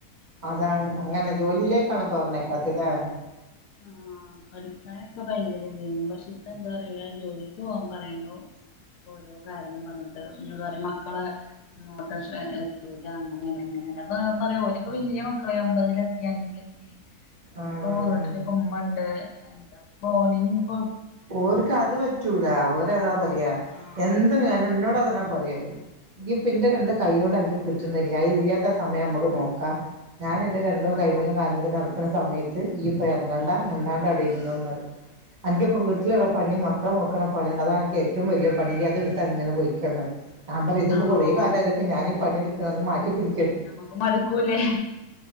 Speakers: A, on the right; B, on the left.
A: അതാണ് അങ്ങനെ ജോലിയിലേക്കാണ് പറഞ്ഞയ്ക്കാത്തല്ലെ
B: ആഹ് പഠിക്കാനൊക്കെ ഭയങ്കര ഇതേനു പക്ഷെ ഇപ്പ എന്താ അറീല ജോലിക്ക് പോവാൻ പറയുമ്പോ ഓരോ കാരണം പറഞ്ഞ്ട്ട് ഇഞ്ഞോട് പറിം മക്കളെ നോട്ടം ശ എത്തൂല അങ്ങനെ ഇങ്ങനെഞെ അപ്പാ മ്മറയും ഓലെക്കെ വല്ല്യ മക്കളായി ഒമ്പതിലെത്തി അഞ്ചിലെത്തി പിന്നെപ്പോ
A: ആഹ്
B: വീട്ടില് പ്പോ ഉമ്മണ്ട് എന്താ ഇപ്പോലന്നെ നിപ്പോ
A: ഓര്ക്ക് അത് പറ്റൂല ഓരതാ പറയാ
B: ആഹ്
A: എന്ത് കാര്യോം ഇന്നോടതെന്നാ പറയല് ഇയ്യ് പ്പോ ഇന്റെ രണ്ട് കയ്യോണ്ട് അൻക്ക് കിട്ട്ന്നില്ലെ അഇല്ലാത്ത സമയം അമ്മക്ക് നോക്കാം ഞാൻ എന്റെ രണ്ടാേ
B: ആഹ്
A: കൈമലും കാൽമലും നടക്ക് ക്ക്ണ സമയത്ത് ഇയ്യ് ഇപ്പ എർങ്ങണ്ട മിണ്ടാണ്ടെ ഇരുന്നോന്നറീം അന്റൂപ്പ വീട്ട്ല്ള്ള പണീം മാണ് മക്കളെ നോക്ക്ണ പണിണ്ട് അതാണ് അൻക്ക് ഏറ്റവും വലിയ പണീ ഇയ്യ് അത്ട്ത്താ അങ്ങനെ പൊയ്ക്കോന്നറീം ഞൻ പറിം ഇത്പ്പോ
B: ആഹ്
A: കൊറെ കാലായ്ല്ലെ ഇപ്പ ഞാനീ പണി എട്ക്ക്ണത് ന്ന് മാറ്റി പിടി
B: നമ്മക്ക് മട്ക്കൂലേ